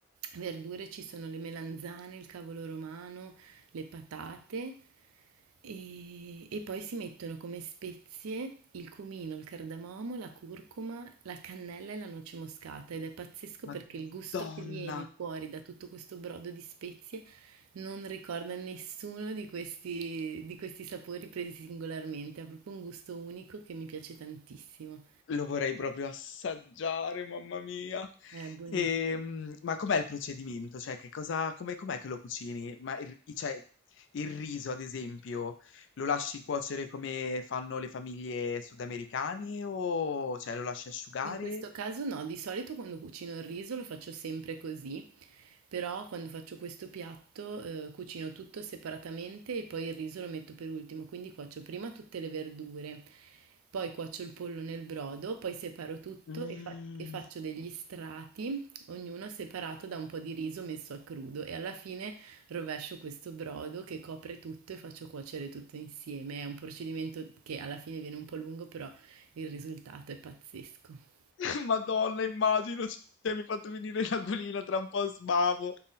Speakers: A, on the right; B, on the left.
A: Verdure ci sono le melanzane, il cavolo romano, le patate e, e poi si mettono come spezie il cumino, il cardamomo, la curcuma, la cannella e la noce moscata ed è pazzesco perché
B: madonna!
A: il gusto che viene fuori da tutto questo brodo di spezie non ricorda nessuno di questi, di questi sapori presi singolarmente, ha proprio un gusto unico che mi piace tantissimo.
B: Lo vorrei proprio assaggiare, mamma mia.
A: È buonissimo.
B: Ehm, ma com'è il procedimento? Cioè, che cosa, come, com'è che lo cucini? Ma il, i- cioè, il riso, ad esempio, lo lasci cuocere come fanno le famiglie sudamericane o cioè, lo lasci asciugare?
A: In questo caso no, di solito quando cucino il riso lo faccio sempre così, però quando faccio questo piatto eh, cucino tutto separatamente e poi il riso lo metto per ultimo, quindi cuocio prima tutte le verdure, poi cuocio il pollo nel brodo, poi separo tutto
B: Mm,
A: e, fa- e faccio degli strati, ognuno separato da un po' di riso messo a crudo e alla fine rovescio questo brodo che copre tutto e faccio cuocere tutto insieme. È un procedimento che alla fine viene un po' lungo, però il risultato è pazzesco.
B: <laughs> Madonna, immagino, cioè, mi ha fatto venire la l'aquilina tra un po' sbavo.